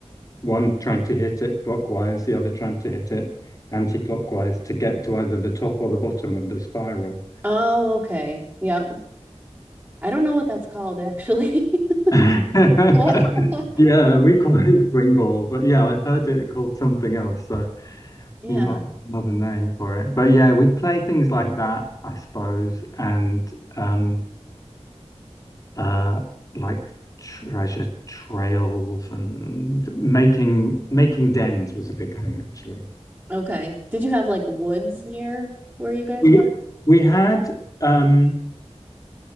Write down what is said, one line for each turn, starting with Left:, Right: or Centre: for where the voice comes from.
Left: one trying to hit it clockwise, the other trying to hit it anti-clockwise to get to either the top or the bottom of the spiral.
Right: Oh, okay. Yep. I don't know what that's called actually. <laughs>
Left: <laughs>
Right: What? <laughs>
Left: Yeah, we call it <laughs> swing ball, but yeah, I've heard it called something else, so
Right: Yeah.
Left: you might have another name for it. But yeah, we play things like that, I suppose, and um uh like treasure trails and making making dens was a big thing actually.
Right: Okay. Did you have like woods near where you guys
Left: We
Right: were?
Left: we had um